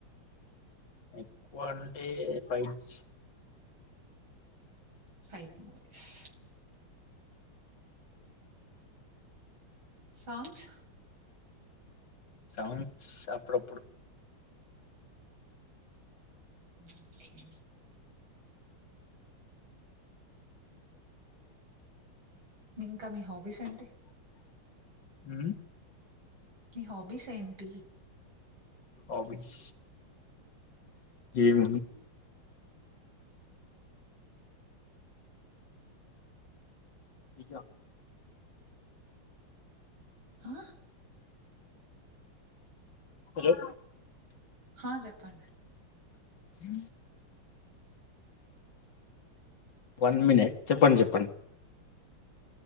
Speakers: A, on the left; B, on the right.
A: ఎక్కువ అంటే fights
B: fight movies songs
A: songs అప్పుడప్పుడు
B: ఓకే ఇంకా మీ హాబీస్ ఏంటి
A: అ
B: మీ హాబీస్ ఏంటి
A: హాబీస్ ఏం ఇకా
B: హా
A: హలో
B: ఆ చెప్పండి
A: ఇ వన్ మినిట్ చెప్పండి చెప్పండి